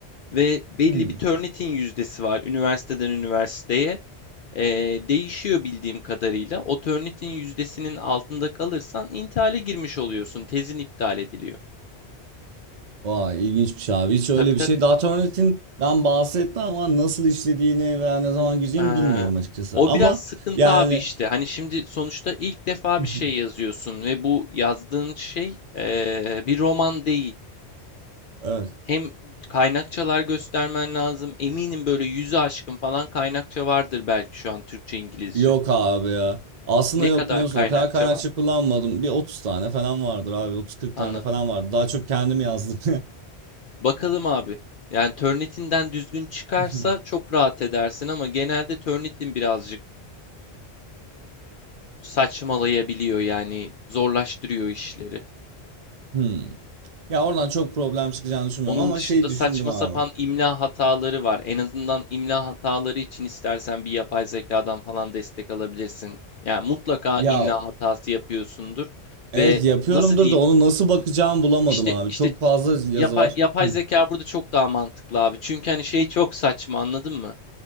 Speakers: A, on the left; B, on the right.
A: Ve belli
B: hı.
A: bir Turnitin yüzdesi var üniversiteden üniversiteye. Eee, değişiyor bildiğim kadarıyla. O Turnitin yüzdesinin altında kalırsan intihale girmiş oluyorsun. Tezin iptal ediliyor.
B: Vay ilginçmiş abi. Hiç öyle
A: Tabii tabii.
B: bir şey. Daha Turnitin'den bahsetme ama nasıl işlediğini veya ne zaman gireceğini
A: Eee,
B: bilmiyorum açıkçası.
A: o
B: Ama
A: biraz sıkıntı
B: yani
A: abi işte. Hani şimdi sonuçta ilk defa
B: Hı
A: bir
B: hı.
A: şey yazıyorsun ve bu yazdığın şey eee, bir roman değil.
B: evet.
A: Hem kaynakçalar göstermen lazım. Eminim böyle yüzü aşkın falan kaynakça vardır belki şu an Türkçe, İngilizce.
B: Yok abi ya. Aslında
A: Ne
B: yok
A: kadar
B: biliyor musun?
A: kaynakça
B: O kadar kaynakça
A: var?
B: kullanmadım. Bir 30 tane falan vardır abi. 30-40
A: Anladım.
B: tane falan vardı. Daha çok kendim yazdım
A: Bakalım abi. Yani Turnitin'den düzgün çıkarsa
B: <laughs> ya.
A: çok rahat edersin ama genelde Turnitin birazcık saçmalayabiliyor yani zorlaştırıyor işleri.
B: Hmm. Ya oradan çok problem çıkacağını düşünmüyorum
A: Onun
B: ama
A: dışında
B: şey
A: saçma
B: düşündüm abi.
A: sapan imla hataları var. En azından imla hataları için istersen bir yapay zekadan falan destek alabilirsin. Yani mutlaka
B: Ya
A: imla hatası yapıyorsundur
B: evet
A: ve
B: yapıyorumdur
A: nasıl diyeyim?
B: da onu nasıl bakacağımı bulamadım
A: İşte
B: abi.
A: işte
B: Çok fazla yazı
A: yapay,
B: var.
A: yapay
B: Hı.
A: zeka burada çok daha mantıklı abi. Çünkü hani şey çok saçma anladın mı?